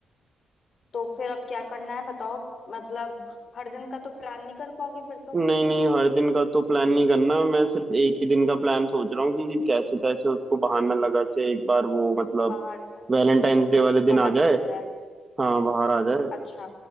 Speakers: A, on the left; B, on the right.
A: तो फिर अब क्या करना है बताओ मतलब हर दिन का तो प्लान नहीं कर पाओगे फिर तो
B: नहीं नहीं हर दिन का तो प्लान नहीं करना मैं सिर्फ एक ही दिन का प्लान सोच रहा हूँ कि कैसे तैसे उसको बहाना लगा के एक बार वो मतलब
A: बाहर से
B: वैलेंटाइंस डे वाले दिन
A: बाहर
B: आ
A: निकल
B: जाए
A: है
B: हाँ बाहर आ जाए
A: अच्छा